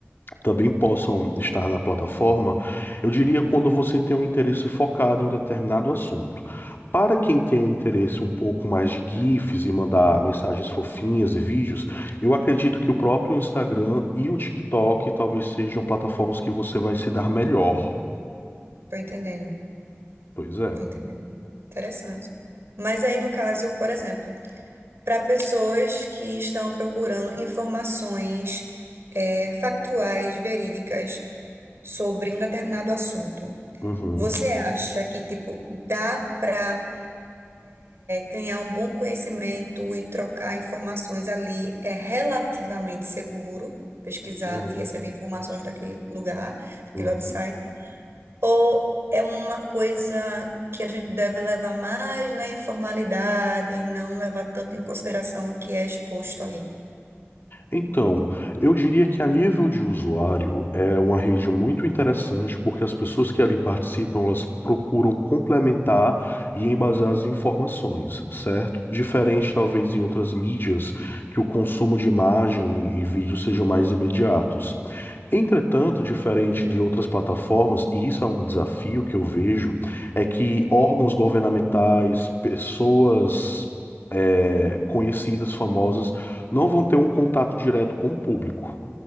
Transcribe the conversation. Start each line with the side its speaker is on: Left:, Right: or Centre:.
Left: também possam estar na plataforma, eu diria quando você tem um interesse focado em um determinado assunto. Para quem tem um interesse um pouco mais de GIFs e mandar mensagens fofinhas e vídeos, eu acredito que o próprio Instagram e o TikTok talvez sejam plataformas que você vai se dar melhor.
Right: Tô entendendo.
Left: Pois é.
Right: Tô entendendo. Interessante. Mas aí, no caso, por exemplo, para pessoas que estão procurando informações eh, factuais, verídicas sobre um determinado assunto,
Left: Uhum.
Right: você acha que, tipo, dá para ganhar um bom conhecimento e trocar informações ali é relativamente seguro? Pesquisar
Left: Uhum.
Right: e receber informações daquele lugar, daquele
Left: Uhum.
Right: website? Ou é uma coisa que a gente deve levar mais na informalidade, não levar tanto em consideração o que é exposto ali?
Left: Então, eu diria que a nível de usuário é uma rede muito interessante porque as pessoas que ali participam, elas procuram complementar e embasar as informações, certo? Diferente talvez em outras mídias que o consumo de imagem e vídeo sejam mais imediatos. Entretanto, diferente de outras plataformas, e isso é um desafio que eu vejo, é que órgãos governamentais, pessoas eh, conhecidas, famosas não vão ter um contato direto com o público.